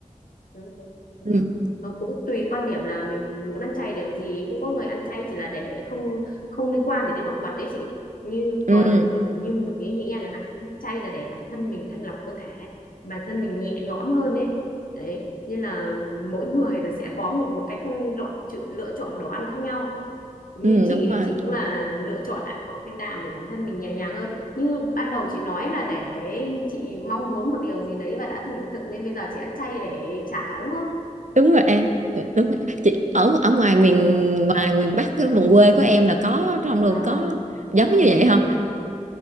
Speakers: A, on the left; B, on the right.
A: đúng rồi, đúng
B: ừ,
A: rồi. Ờ, cũng tùy quan điểm là mình muốn ăn chay để làm gì cũng có người ăn chay chỉ là để không không liên quan gì đến động vật đấy chị như
B: ừ,
A: còn như mình ấy, nghĩ em chẳng hạn chay là để bản thân mình thanh lọc cơ thể bản thân mình nhẹ nhõm hơn ấy đấy nên là mỗi người là sẽ có một một cách lựa, lựa chọn đồ ăn khác nhau như
B: ừ
A: chị
B: đúng
A: thì
B: rồi
A: chị cũng là lựa chọn ăn đồ thanh đạm để bản thân mình nhẹ nhàng hơn như ban đầu chị nói là để chị mong muốn một điều gì đấy và đã thành hiện thực nên bây giờ chị ăn chay để trả đúng không
B: đúng rồi em Ừ, đúng rồi. chị ở ở ngoài miền
A: ừ.
B: ngoài miền Bắc cái vùng quê của em là có trong đường
A: À,
B: có giống như vậy không